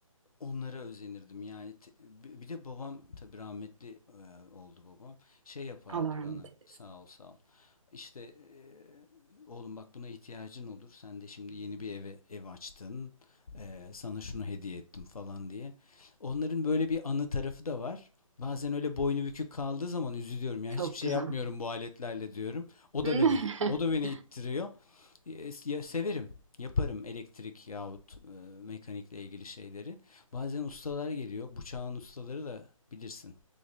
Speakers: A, on the left; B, on the right.
A: Onlara özenirdim yani te- bir de babam tabii rahmetli e, oldu babam şey yapardı
B: Allah rahmet
A: bana
B: eylesin.
A: sağ ol sağ ol işte e, oğlum bak buna ihtiyacın olur sen de şimdi yeni bir eve ev açtın e, sana şunu hediye ettim falan diye onların böyle bir anı tarafı da var bazen öyle boynu bükük kaldığı zaman üzülüyorum yani
B: Çok
A: hiçbir şey
B: güzel.
A: yapmıyorum bu aletlerle diyorum o
B: <laughs>
A: da beni o da beni ittiriyor E, ya severim yaparım elektrik yahut e, mekanikle ilgili şeyleri Bazen ustalar geliyor. Bu çağın ustaları da bilirsin.